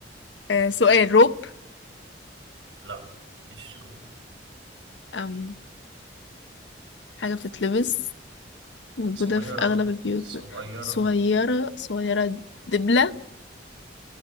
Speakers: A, on the left; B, on the right.
A: آه سؤال روب
B: لا مش شروب
A: أم حاجة بتتلبس موجودة
B: صغيرة
A: في أغلب البيوت
B: صغيرة
A: صغيرة صغيرة دبلة